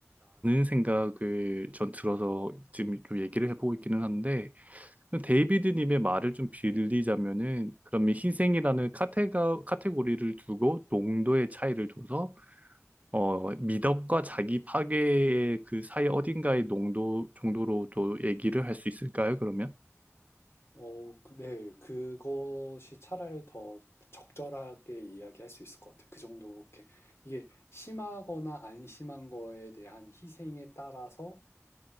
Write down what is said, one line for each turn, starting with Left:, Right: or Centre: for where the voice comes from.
Right: 생각을 전 들어서 지금 좀 얘기를 해보고 있기는 한데 데이비드님의 말을 좀 빌리자면은 그러면 희생이라는 카테가, 카테고리를 두고 농도의 차이를 둬서 어, 미덕과 자기 파괴의 그 사이 어딘가의 농도 정도로도 얘기를 할 수 있을까요, 그러면?
Left: 어, 그- 네. 그것이 차라리 더 적절하게 이야기할 수 있을 것 같아요. 그 정도로 이렇게 이게 심하거나 안 심한 거에 대한 희생에 따라서